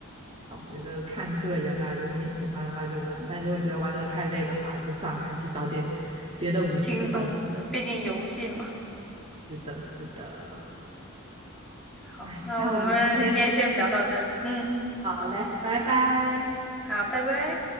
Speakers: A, on the right; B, in the centre.
A: 我觉得看个人啦，如果你喜欢的话就玩，但如果觉得玩的太累的话，就算了，还是找点别的武器吧。
B: 轻松的，
A: 就
B: 毕竟游戏嘛。
A: 是的，是的。
B: 好，
A: 哎，
B: 那我们今天先聊到这儿，
A: 那我们今天
B: 嗯，
A: 好嘞，拜拜。
B: 好，拜拜。